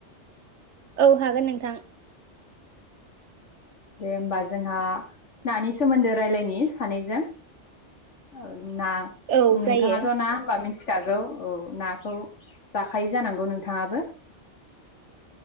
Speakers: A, on the right; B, on the left.
A: औ हागोन नोंथां।
B: दे होमबा जोंहा नानि सोमोन्दो रायज्लायनि सानैजों ओ ना
A: औ
B: नोंथाङाथ'
A: जायो
B: ना होमबा मिथि खागौ औ नाखौ जाखायो जानांगौ नोंथाङाबो